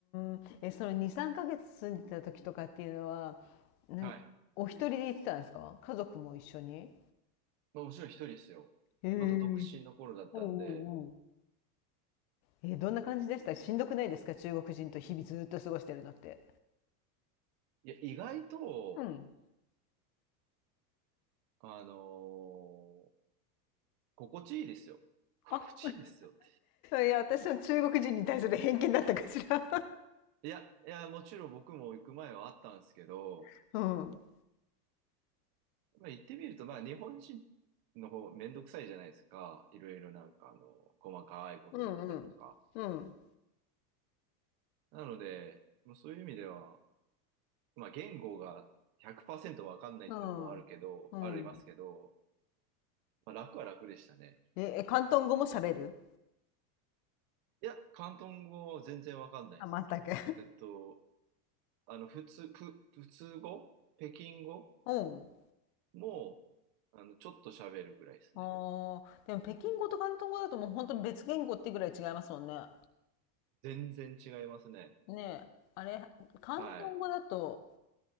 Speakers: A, on the left; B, on the right.
A: ん。え、その2、3ヶ月住んでた時とかっていうのは、なん、
B: はい。
A: お一人で行ってたんですか家族も一緒に
B: まあ、もちろん一人ですよ。
A: ええ。
B: まだ独身の頃だったんで、
A: おうんうんうん。え、どんな感じでしたしんどくないですか中国人と日々ずっと過ごしてるのって。
B: いや、意外と、
A: うん。
B: あのー心地いいですよ。心地いいですよ。
A: あ、いや、私の中国人に対する偏見だったかしら。
B: いや、いや、もちろん僕も行く前はあったんですけど、
A: <laughs> うん。
B: まあ、行ってみると、まあ、日本人の方、めんどくさいじゃないですか。いろいろなんか、あの、細かいことだったりとか。
A: うんうん。うん。
B: なので、もうそういう意味では、まあ、言語が100%わかんないっていうのもあるけど、
A: うん。うん。
B: ありますけど、まあ、楽は楽でしたね。
A: え、え、広東語も喋る
B: いや、広東語は全然わかんないです。
A: あ、全く。
B: えっと、あの、普通、普、普通語北京語
A: <laughs> うん。
B: も、あの、ちょっと喋るぐらいですね。
A: ああ、でも北京語と広東語だともう本当に別言語ってぐらい違いますもんね。
B: 全然違いますね。
A: ねえ、あれ、広東語だと
B: はい。